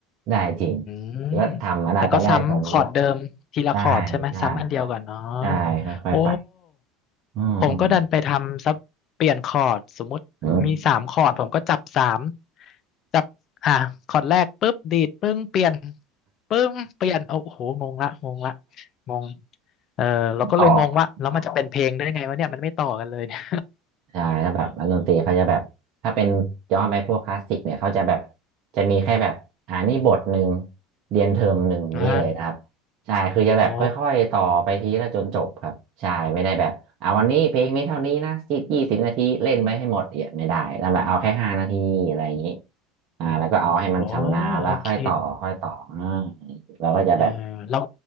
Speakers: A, on the right; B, on the left.
A: ได้จริง
B: อืม
A: ก็ทำมาได้ตอนแรกผม
B: แต่ก็ซ้ำคอร์ดเดิมทีละคอร์ดใช่ไหมซ้ำอันเดียวก่อนเนาะ
A: ได้ใช่ใช่ใช่ค่อยๆไป
B: โอ้
A: อืมอืม
B: ผมก็ดันไปทำซับเปลี่ยนคอร์ดสมมติมีสามคอร์ดผมก็จับสาม
A: อืม
B: จับอ่ะคอร์ดแรกปุ๊บดีดปึ้งเปลี่ยนปึ้งเปลี่ยนโอ้โหงงละงงละงงเออเราก็เลยงงว่าแล้วมันจะเป็นเพลงได้ไงวะเนี่ยมันไม่ต่อกันเลยเนี่ย
A: ต่อต่อ ใช่แล้วแบบนักดนตรีเขาจะแบบถ้าเป็นย้อนไปพวกคลาสสิกเนี่ยเขาจะแบบจะมีแค่แบบอ่านี่บทหนึ่งเรียนเทอมหนึ่งนี้เลยนะครับ
B: <laughs> อ่า
A: ใช่คือจะแบบค่อยๆต่อไปทีละจนจบครับใช่ไม่ได้แบบอ่าวันนี้เพลงนี้เท่านี้นะยี่สิบนาทีเล่นไปให้หมดเนี่ยไม่ได้แล้วแบบเอาแค่ห้านาทีอะไรอย่างนี้
B: โอ้อืม
A: อ่าแล้วก็เอาให้มันชำนาญแล้วค่อยต่อค่อยต่ออ่า
B: โอ้โอเค
A: เราก็จะแบบ
B: อ่าแล้ว